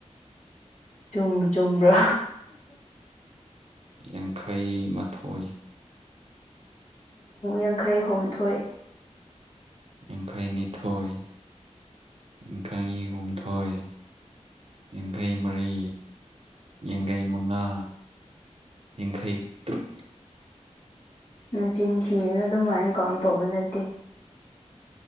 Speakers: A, on the left (about 80°); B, on the right (about 55°).
A: ꯆꯨꯝꯕꯨ ꯆꯨꯝꯕ꯭ꯔꯥ
B: ꯌꯥꯡꯈꯩ ꯃꯥꯊꯣꯏ
A: ꯌꯥꯡꯈꯩ ꯍꯨꯝꯊꯣꯏ
B: ꯌꯥꯡꯈꯩ ꯅꯤꯊꯣꯏ ꯌꯥꯡꯈꯩ ꯍꯨꯝꯊꯣꯏ ꯌꯥꯡꯈꯩ ꯃꯔꯤ ꯌꯥꯡꯈꯩ ꯃꯉꯥ ꯌꯥꯡꯈꯩ ꯇ꯭ꯔꯨꯛ
A: ꯅꯆꯤꯟ ꯊꯤꯒꯅꯨ ꯑꯗꯨꯃꯥꯏꯅ ꯀꯥꯎꯟ ꯇꯧꯕ ꯅꯠꯇꯦ